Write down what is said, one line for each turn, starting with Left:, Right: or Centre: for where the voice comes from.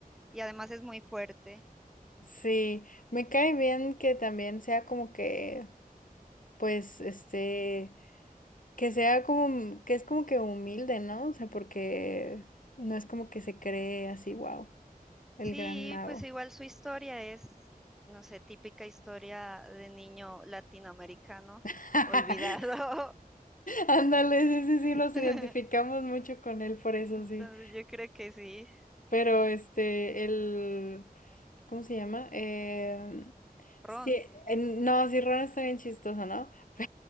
Centre: Y además es muy fuerte.
Left: Sí, me cae bien que también sea como que, pues, este... que sea como, que es como que humilde, ¿no? O sea, porque no es como que se cree así, wow, el
Centre: Sí,
Left: gran mago.
Centre: pues igual su historia es, no sé, típica historia de niño latinoamericano
Left: <laughs>
Centre: olvidado.
Left: Ándale, sí, sí, sí,
Centre: <laughs>
Left: nos identificamos mucho con él, por eso
Centre: Entonces
Left: sí.
Centre: yo creo que sí,
Left: Pero este, el... ¿Cómo se llama? Eh,
Centre: Ron.
Left: sí, eh, no, sí, Ron está bien chistoso, ¿no? <laughs>